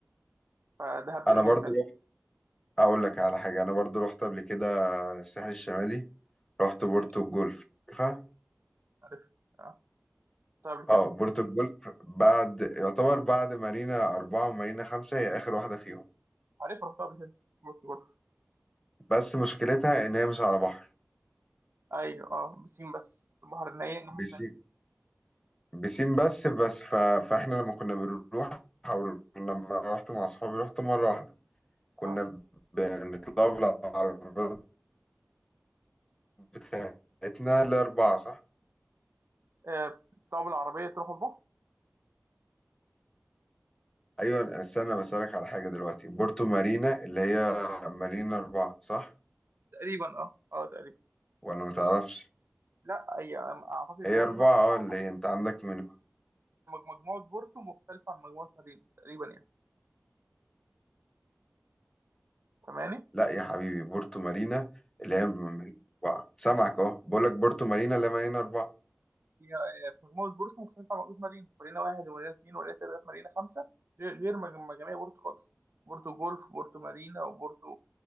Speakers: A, on the right; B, on the left.
A: فدهب جميلة
B: انا برضو
A: فعلا
B: رحت اقول لك على حاجه انا برضو رحت قبل كده الساحل الشمالي رحت بورتو
A: م.
B: الجولف عارفها
A: عارف اه رحتها قبل كده
B: اه بورتو الجولف بعد يعتبر بعد مارينا أربعة ومارينا خمسة هي آخر واحدة فيهم
A: عارف رحتها قبل كده بورتو جولف
B: بس مشكلتها إن هي مش على بحر
A: ايوه اه بسين بس البحر الناحية الناحية
B: بس
A: التانية
B: بسين بس بس ف... فاحنا لما كنا بنروح او لما رحت مع اصحابي رحت مره واحده كنا
A: اه
B: بنطلع بالعربيات بتاعتنا الاربعه صح
A: آه، بتطلعوا بالعربية تروحوا البحر
B: ايوه استنى بسالك على حاجه دلوقتي بورتو مارينا اللي هي مارينا اربعه صح
A: تقريبا اه اه تقريبا
B: ولا ما تعرفش
A: لا هي اعتقد ان
B: هي
A: هي مارينا
B: اربعه
A: اربعة
B: اه اللي هي انت عندك من
A: مجموعة بورتو مختلفة عن مجموعة مارينا تقريبا يعني سامعني؟
B: لا يا حبيبي بورتو مارينا اللي هي من مارينا اربعه سامعك اهو بقول لك بورتو مارينا اللي هي مارينا اربعه
A: هي آه، مجموعة بورتو مختلفة عن بورتو مارينا مارينا واحد ومارينا اتنين ومارينا تلاتة مارينا خمسة غير غير مج- مجاميع بورتو خالص بورتو جولف بورتو مارينا وبورتو